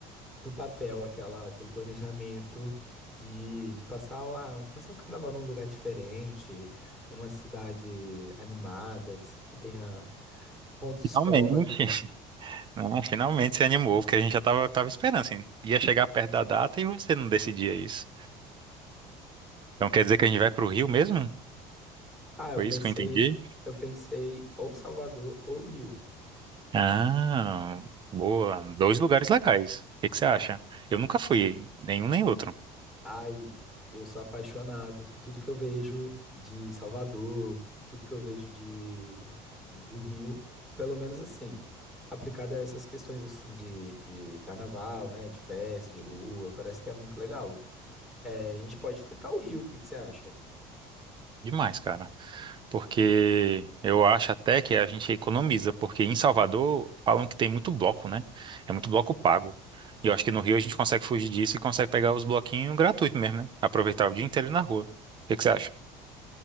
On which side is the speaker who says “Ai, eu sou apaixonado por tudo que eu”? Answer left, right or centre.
Centre